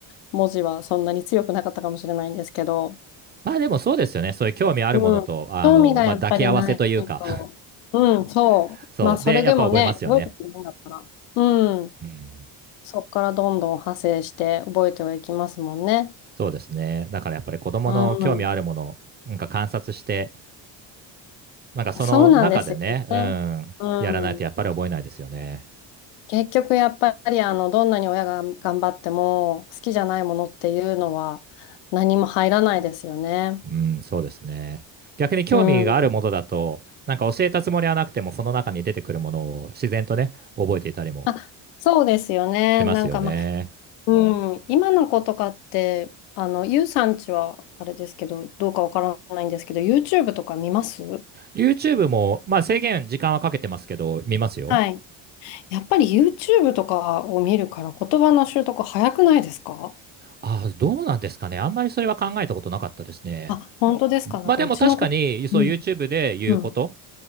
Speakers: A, on the left; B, on the right.
A: 文字はそんなに強くなかったかもしれないんですけど、
B: まあでもそうですよね。そういう興味あるものと、
A: うん。
B: あの、
A: 興味がやっぱりないと。
B: まあ抱き合わせというか
A: うん、そう。
B: <laughs> そう。
A: まあそれでもね、
B: で、やっぱ覚えますよね。
A: 覚えてくれるんだったら。うん。
B: うん。
A: そこからどんどん派生して覚えてはいきますもんね。
B: そうですね。だからやっぱり子供の興味あるもの、
A: うん。
B: なんか観察して、なんかその中でね、
A: そうなんですよね。
B: うん、
A: うん。
B: やらないとやっぱり覚えないですよね。
A: 結局やっぱりあの、どんなに親が頑張っても好きじゃないものっていうのは何も入らないですよね。
B: うん、そうですね。逆に興味があるものだと、
A: うん。
B: なんか教えたつもりはなくても、その中に出てくるものを自然とね、覚えていたりも
A: あ、そうですよね。
B: しますよね。
A: なんかまあ、うん。今の子とかって、あの、ゆうさんちはあれですけど、どうかわからないんですけど、YouTube とか見ます
B: YouTube も、まあ制限、時間はかけてますけど、見ますよ。
A: はい。やっぱり YouTube とかを見るから言葉の習得早くないですか
B: ああ、どうなんですかね。あんまりそれは考えたことなかったですね。
A: あ、本当ですかなんかうちの子、
B: まあでも確かに、そう
A: うん、
B: YouTube で言うこと
A: うん。